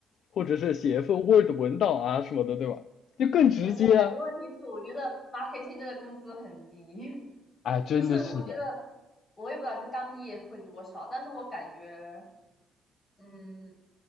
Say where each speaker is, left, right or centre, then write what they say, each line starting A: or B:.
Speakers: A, on the left (about 70°); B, on the left (about 35°).
A: 或者是写一份 Word 文档啊什么的，对吧？就更直接啊！
B: 而且还有个问题是，我觉得 marketing 这个工资很低，<laughs>
A: 哎，真的是的，
B: 就是我觉得我也不知道，就刚毕业会多少，但是我感觉，嗯，